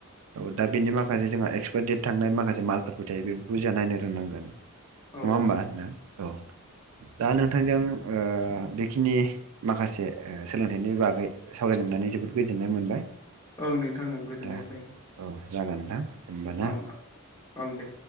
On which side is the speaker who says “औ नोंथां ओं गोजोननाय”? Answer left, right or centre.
Left